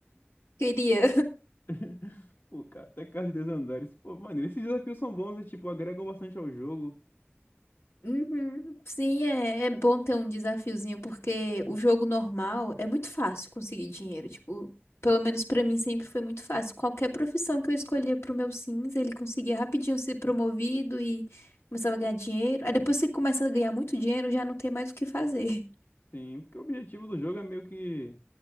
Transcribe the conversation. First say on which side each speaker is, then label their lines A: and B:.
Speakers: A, on the left (about 85°); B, on the left (about 55°).
A: Queria.
B: <laughs> Pô, cara, até carro de dois andares. Pô, mano, esses desafios são bons, né? Tipo, agregam bastante ao jogo.
A: Uhum. Sim, é, é bom ter um desafiozinho, porque o jogo normal é muito fácil conseguir dinheiro. Tipo, pelo menos pra mim sempre foi muito fácil. Qualquer profissão que eu escolhia pro meu Sims, ele conseguia rapidinho ser promovido e começava a ganhar dinheiro. Aí depois que começa a ganhar muito dinheiro, já não tem mais o que fazer.
B: Sim, porque o objetivo do jogo é meio que